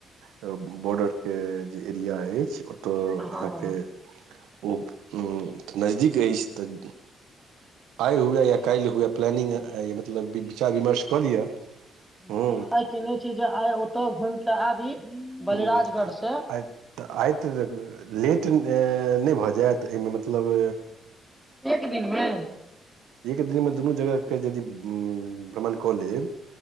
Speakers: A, on the right; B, in the centre.
A: बॉर्डर के जे एरिया अछि तऽ
B: हँ
A: अहाँके
B: हँ
A: ओ उ नजदीक अछि तऽ आइ हुए या काल्हि हुए प्लानिंग मतलब विचार विमर्श कऽ लिअ
B: विचार
A: हूँ
B: आइ केने छी जे आइ ओतय घुम केे तऽ आबी बलिराजगढ़
A: ह
B: से
A: आय आत लेट ट नहि भऽ जाय त एहिमे मतलब
B: एक दिनमे
A: एक दिनमे दुनू जगहके यदि भ्रमण कऽ लेब